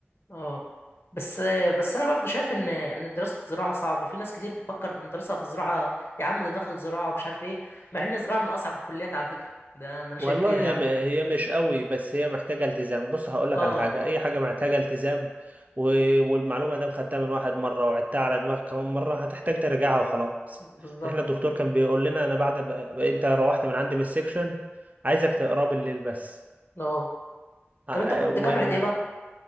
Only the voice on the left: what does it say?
اه بس بس انا برضو شايف ان ان دراسه الزراعه صعبه في ناس كتير بتفكر ان الدراسه في الزراعه يا عم ده دخل زراعه ومش عارف ايه مع ان الزراعه من اصعب الكليات على فكره ده ده انا
شايف كده
يعني
اه
بالظبط
اه
طب انت كنت
جامعه ايه بقى